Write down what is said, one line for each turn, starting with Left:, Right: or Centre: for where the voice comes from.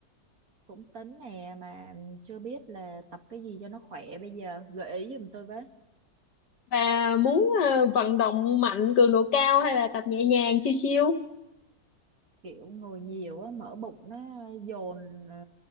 Right: cũng tính nè mà chưa biết là tập cái gì cho nó khỏe bây giờ gợi ý giùm tôi với
Left: Bà muốn ờ, vận động mạnh, cường độ cao hay là tập nhẹ nhàng, chiêu chiêu?
Right: kiểu ngồi nhiều á mỡ bụng nó dồn ờ,